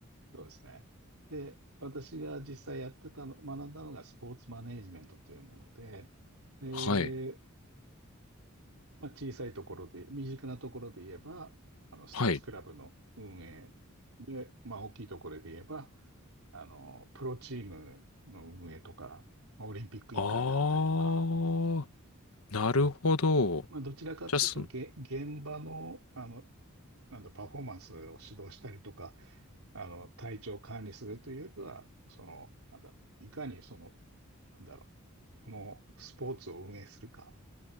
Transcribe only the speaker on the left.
はい。
はい。
ああ、なるほど。
じゃあ、そ、うん、